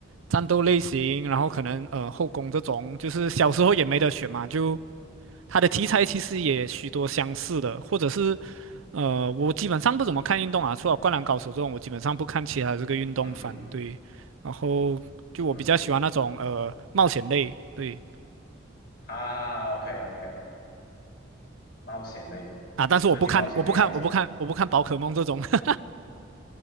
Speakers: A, on the right; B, on the left.
A: 战斗类型，然后可能呃后宫这种，就是小时候也没得选嘛，就它的题材其实也许多相似的，或者是，呃，我基本上不怎么看运动啊，除了《灌篮高手》这种，我基本上不看其他这个运动番。
B: 嗯嗯
A: 对，然后就我比较喜欢那种呃冒险类，
B: 嗯
A: 对
B: 啊，OK OK，冒险类，
A: 啊，但是我不看，
B: 最近冒险类还真的
A: 我不看，我不看，我不看宝可梦这种。<laughs>